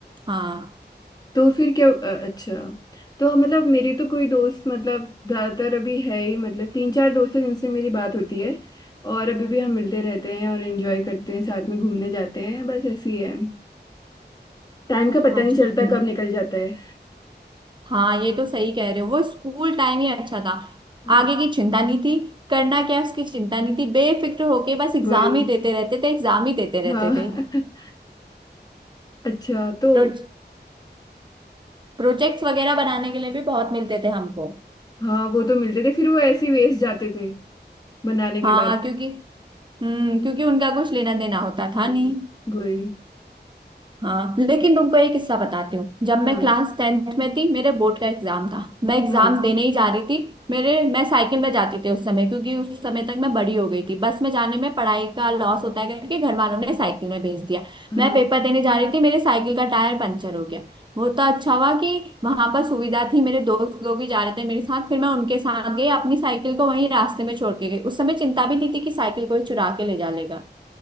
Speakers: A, on the right; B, on the left.
A: हाँ
B: तो फिर क्या अ, अच्छा तो मतलब मेरी तो कोई दोस्त मतलब ज़्यादातर अभी है ही मतलब तीन चार दोस्त हैं जिनसे मेरी बात होती है और अभी भी हम मिलते रहते हैं और एंजॉय करते हैं साथ में घूमने जाते हैं बस ऐसी है टाइम का पता
A: अच्छा
B: नहीं चलता
A: मैं-
B: कब निकल जाता है
A: हाँ ये तो सही कह रहे हो वो स्कूल टाइम ही अच्छा था
B: हाँ,
A: आगे की चिंता नहीं थी करना क्या है उसकी चिंता नहीं थी बेफिक्र होके बस एग्जाम
B: वही
A: ही देते रहते थे एग्जाम ही देते रहते
B: हाँ
A: थे
B: <laughs> अच्छा तो
A: प्रो, प्रोजेक्ट्स वगैरह बनाने के लिए भी बहुत मिलते थे हमको
B: हाँ वो तो मिलते थे फिर वो ऐसे ही वेस्ट जाते थे बनाने के
A: हाँ
B: बाद
A: क्योंकि हम्म क्योंकि उनका कुछ लेना देना होता
B: हाँ
A: था नहीं
B: वही
A: हाँ लेकिन तुमको एक किस्सा बताती हूँ जब
B: हाँ
A: मैं क्लास टेंथ में थी मेरे बोर्ड का एग्जाम था मैं एग्जाम
B: हाँ
A: देने ही जा रही थी मेरे मैं साइकिल में जाती थी उस समय क्योंकि उस समय तक मैं बड़ी हो गई थी बस में जाने में पढ़ाई का लॉस होता है करके घर वालों ने साइकिल में भेज दिया
B: हाँ
A: मैं पेपर देने जा रही थी मेरे साइकिल का टायर पंचर हो गया वो तो अच्छा हुआ कि वहां पर सुविधा थी मेरे दोस्त लोग भी जा रहे थे मेरे साथ फिर मैं उनके साथ गई अपनी साइकिल को वहीं रास्ते में छोड़ के गई उस समय चिंता भी नहीं थी कि साइकिल कोई चुरा के ले जा लेगा